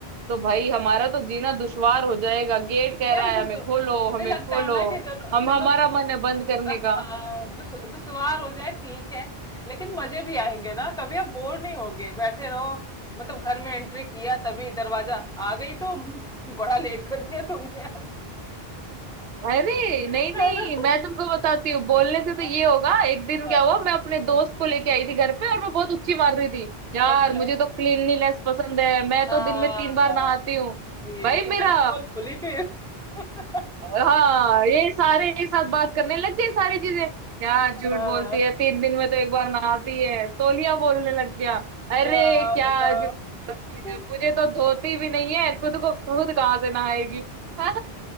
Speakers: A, on the right; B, in the centre.
A: तो भाई हमारा तो जीना दुश्वार हो जाएगा गेट कह
B: यार
A: रहा है
B: दूसरों
A: हमें खोलो
B: मुझे
A: हमें
B: लगता
A: खोलो
B: है ना कि चलो
A: हम
B: चलो
A: हमारा मन है बंद करने
B: हाँ
A: का
B: दुस, दुश्वार हो जाए ठीक है लेकिन मजे भी आएंगे ना कभी आप बोर नहीं होगे बैठे रहो मतलब घर में एंट्री किया तभी दरवाजा आ गई तुम <laughs> बड़ा लेट कर दिया तुमने आज <laughs>
A: अरे नहीं
B: है
A: नहीं
B: ना
A: मैं तुमको बताती हूँ बोलने से
B: हाँ,
A: तो ये होगा एक दिन
B: हाँ,
A: क्या हुआ मैं अपने दोस्त को लेके आई थी घर पे और मैं बहुत उच्ची मार रही थी यार
B: अच्छा
A: मुझे तो क्लीनलीनेस पसंद है मैं
B: हाँ
A: तो दिन में तीन बार नहाती हूँ
B: ये
A: भाई
B: तुम्हारी
A: मेरा
B: पोल खुली फिर <laughs>
A: हाँ ये सारे एक साथ बात करने लग गए सारी चीजें यार
B: हाँ
A: झूठ बोलती है तीन दिन में तो एक बार नहाती है तौलिया बोलने लग गया अरे
B: हाँ,
A: क्या
B: बताओ
A: झूठ बोलती
B: <laughs>
A: है मुझे तो धोती भी नहीं है खुद को खुद कहाँ से नहाएगी हाँ,